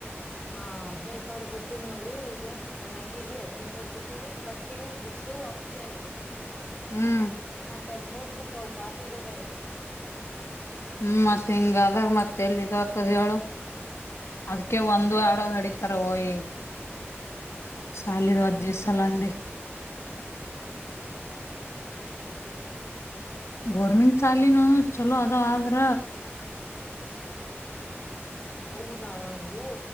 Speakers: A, on the left; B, on the left.
A: ಹಾ ಹದ್ನೈದ ಸಾವಿರ ಕೊಟ್ಟೀಿನಿ ನೋಡು ಈಗ ಸಣ್ಣಕಿಗ ಹದ್ನೈ್ ಸಾವಿರ ಕೊಟ್ಟೀಿನಿ ಬಟ್ಟಿಯು ಬುಕ್ಸು ಅವು ಬೇರೆ
B: ಹ್ಮ್
A: ಮತ್ತ ನೋಟ್ಬುಕ್ ಕಾಪಿಗಳು ಬೇರೆ
B: ಹ್ಮ್ ಮತ್ತತ್ ಹಿಂಗ ಆದಾಗ ಮತ್ತ ಎಲ್ಲಿ ಇದತ್ತ ಹೇಳಳು
A: ಹ್ಮ್
B: ಅದಕ್ಕೆ ಒಂದು ಆಡು ಹಡಿ ತರವಯ ಸಾಲಿ
A: ಹಂಗೆಲ್ಲ
B: ಅ್ಜಿ ಸಲ್ಲಂದ
A: ಹ್ಮ್ <inaudible>
B: ಗೌರ್ಮೆಂಟ್ ಶಾಲೆನೂ ಚಲೋ ಅದ ಆದ್ರ
A: ಹೌದ ನಾ ಇವು